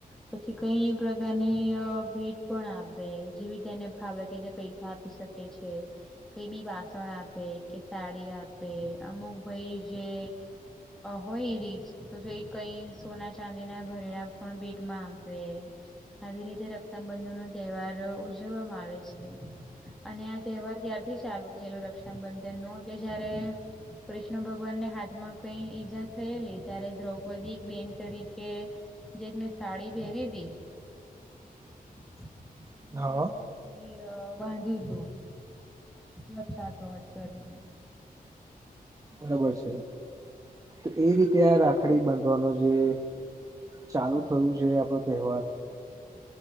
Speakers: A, in the centre; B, on the right.
A: પછી કઈ પ્રકારની ભેટ પણ આપે જેવી તેને ભાવ લાગે પૈસા આપી શક કે છે. કઈ બી વાસણ આપે કે સાડી આપે અમુક ભાઈ જે હોય એ રી તો કઈ સોના ચાંદી ના ઘરેણા પણ બેટમાં આપે. આવી રીતે રક્ષાબંધન નો તહેવાર ઉજવવામાં આવે છે. અને આ તહેવાર ત્યારથી ચાલુ થયેલો રક્ષાબંધન નો કે જયારે કૃષ્ણ ભગવાનને હાથમાં કઈ ઈજા થયેલી ત્યારે દ્રૌપદી એક બેન તરીકે જે મેને સાડી પહેરી તી.
B: <inaudible>
A: <unintelligible>
B: છે હા
A: લક્ષા કવચ કરીને.
B: બરાબર છે તો એ રીતે આ રાખડી બાંધવાનો જે ચાલુ થયું છે આપડો તહેવાર.